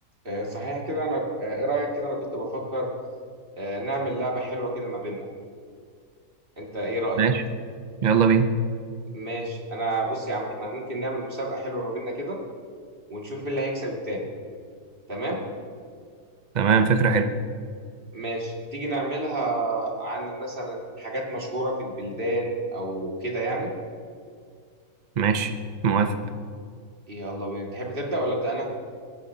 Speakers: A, on the right; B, on the right.
A: آه، صحيح كده انا آه، ايه رايك كده انا كنت بفكر آه، نعمل لعبه حلوه كده ما بيننا انت ايه رايك
B: ماشي يلا بينا
A: ماشي انا بص يا عم احنا ممكن نعمل مسابقه حلوه ما بيننا كده ونشوف مين اللي هيكسب التاني تمام
B: تمام فكرة حلوة
A: ماشي تيجي نعملها عن مثلا حاجات مشهوره في البلدان او كده يعني
B: ماشي موافق
A: يلا بينا تحب تبدا ولا ابدا انا